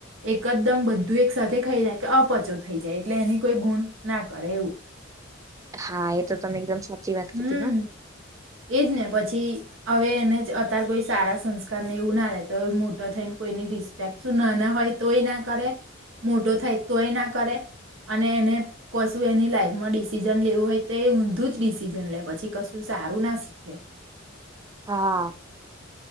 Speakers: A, on the right; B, on the right.
A: એકદમ બધું એક સાથે ખાઈ જાય કે અપચો થઈ જાય એટલે એની કોઈ ગુણ ના કરે એવું.
B: હા, એ તો તમે એકદમ સાચી વાત
A: હમ
B: કીધી હતી હા
A: એજ ને પછી હવે એને જ અતાર કોઈ સારા સંસ્કારને એવું ના લે તો મોટો થઈને કોઈની રિસ્પેક્ટ શું ના ના હોય તોય ના કરે, મોટો થાય તોય ના કરે અને એને કશું એની લાઈફ માં ડિસિઝન લેવું હોય તો એ ઊંધું જ ડિસિઝન લે, પછી કશું સારું સારુ ના શીખે.
B: હા.